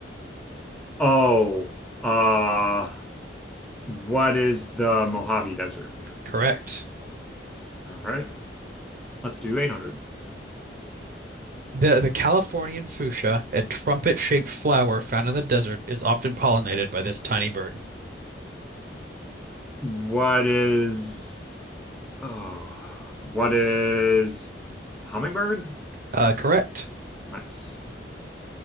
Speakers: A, in the centre; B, on the right.
A: Oh, uh, what is the Mojave Desert?
B: Correct.
A: All right. Let's do 800.
B: The the Californian fuchsia, a trumpet-shaped flower found in the desert, is often pollinated by this tiny bird.
A: What is, oh, what is hummingbird?
B: Uh, correct.
A: Nice.